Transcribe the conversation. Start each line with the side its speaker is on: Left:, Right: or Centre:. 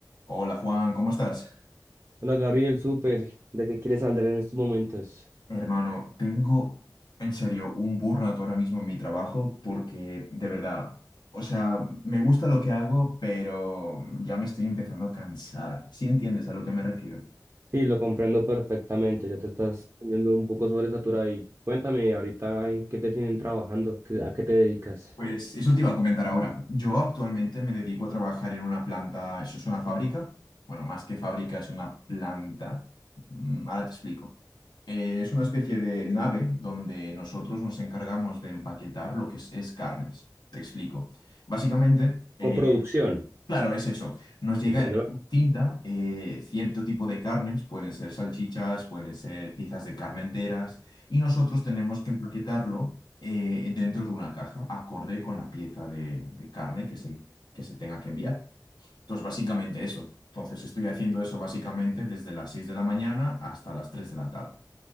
Left: Hola Juan, ¿cómo estás?
Right: Hola Gabriel, súper. ¿De qué quieres hablar en estos momentos?
Left: Hermano, tengo en serio un burnout ahora mismo en mi trabajo porque de verdad, o sea, me gusta lo que hago, pero ya me estoy empezando a cansar. ¿Sí entiendes a lo que me refiero?
Right: Sí, lo comprendo perfectamente. Ya te estás viendo un poco sobresaturado y cuéntame ahorita en qué te tienen trabajando, ¿Qué- a qué te dedicas.
Left: Pues eso te iba a comentar ahora. Yo actualmente me dedico a trabajar en una planta, eso es una fábrica, bueno, más que fábrica es una planta. Mm, Ahora te explico. Eh, es una especie de nave donde nosotros nos encargamos de empaquetar lo que es, es carnes. Te explico. Básicamente, eh,
Right: Como producción,
Left: Claro, es eso. Nos llega
Right: ¿entiendo?
Left: en tinta eh, cierto tipo de carnes, pueden ser salchichas, pueden ser piezas de carne enteras, y nosotros tenemos que empaquetarlo eh, dentro de una caja, acorde con la pieza de, de carne que se, que se tenga que enviar. Entonces, básicamente eso. Entonces, estoy haciendo eso básicamente desde las 6 de la mañana hasta las 3 de la tarde.